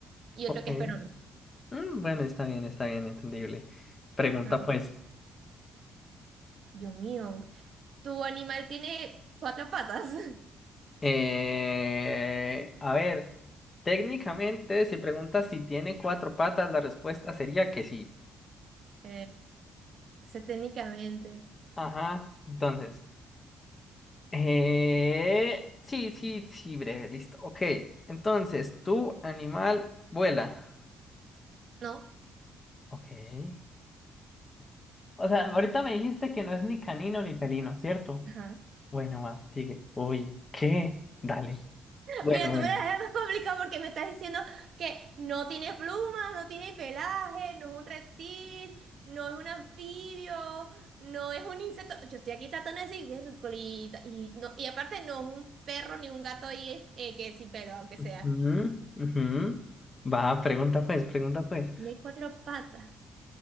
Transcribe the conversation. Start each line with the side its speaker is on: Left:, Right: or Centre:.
Right: y
Left: Ok.
Right: otro que es peruano.
Left: Mm, Bueno, está bien, está bien, entendible. Pregunta
Right: Ajá.
Left: pues.
Right: Dios mío, tu animal tiene cuatro patas. <laughs>
Left: Eh, a ver, técnicamente, si preguntas si tiene cuatro patas, la respuesta sería que sí.
Right: Ok. Ese técnicamente.
Left: Ajá, entonces. eh, sí, sí, sí, breve, listo. Ok, entonces, tu animal vuela.
Right: No.
Left: Ok. O sea, ahorita me dijiste que no es ni canino ni felino, ¿cierto?
Right: Ajá.
Left: Bueno, va, sigue. Uy, ¿qué? Dale. Bueno,
Right: Mira, tú
Left: bueno.
Right: me la dejas más complicado porque me estás diciendo que no tiene plumas, no tiene pelaje, no es un reptil, no es un anfibio, no es un insecto. Yo estoy aquí tratando de decir, "Vércolita", y, no, y aparte no es un perro ni un gato ahí, eh, que es sin pelo, aunque
Left: Ujú,
Right: sea.
Left: ujú. Va, pregunta pues, pregunta pues.
Right: Tiene cuatro patas.